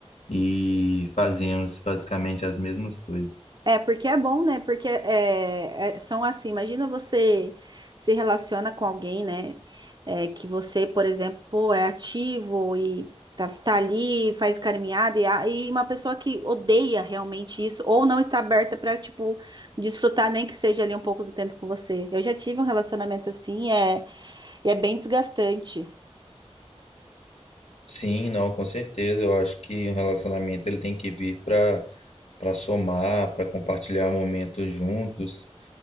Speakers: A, on the left; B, on the right.
A: e fazemos basicamente as mesmas coisas.
B: É, porque é bom, né? Porque é, é- são assim, imagina você se relaciona com alguém, né? É, que você, por exemplo, pô, é ativo e tá, tá ali, faz caminhada, e, a- e uma pessoa que odeia realmente isso, ou não está aberta para, tipo, desfrutar nem que seja ali um pouco do tempo com você. Eu já tive um relacionamento assim, é, e é bem desgastante.
A: Sim, não, com certeza. Eu acho que um relacionamento ele tem que vir para para somar, para compartilhar momentos juntos.